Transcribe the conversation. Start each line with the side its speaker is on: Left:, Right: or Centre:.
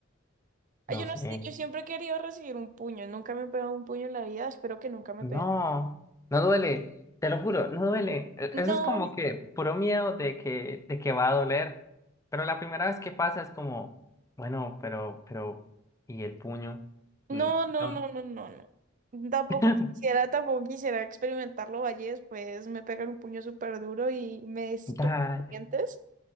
Right: Ay,
Left: no
Right: yo no
Left: sé,
Right: sé, yo siempre he querido recibir un puño, nunca me he pegado un puño en la vida, espero que nunca me
Left: no,
Right: peguen.
Left: no duele, te lo juro, no duele. E- Eso
Right: No,
Left: es como que puro miedo de que, de que va a doler. Pero la primera vez que pasa es como, bueno, pero, pero, ¿y el puño?
Right: no,
Left: Mm,
Right: no,
Left: no,
Right: no, no, no, no. Tampoco
Left: <laughs>
Right: quisiera, tampoco quisiera experimentarlo, vaya, después me pegan un puño súper duro y me estumpen
Left: Dale,
Right: los dientes.